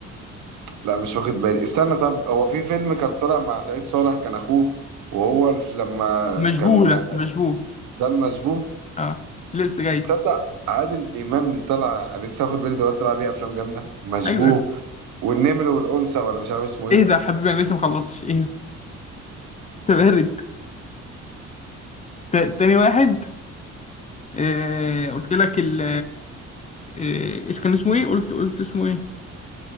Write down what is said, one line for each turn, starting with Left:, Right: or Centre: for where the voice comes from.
Right: لا مش واخد بالي استنى طب هو في فيلم كان طلع مع سعيد صالح كان اخوه وهو الف- لما
Left: المشبوه
Right: كان
Left: ده المشبوه
Right: ده المشبوه
Left: اه لسه جاي
Right: تصدق عادل امام اللي طلع انا لسه واخد بالي دلوقتي طلع عليه افلام جامده مشبوه
Left: ايوه يا ابني
Right: والنمر والانثى ولا مش عارف اسمه ايه
Left: اهدى يا حبيبي انا لسه مخلصش اهدى انت بارد تا- تاني واحد آه قلت لك ال آه، ايش كان اسمه ايه قلت قلت اسمه ايه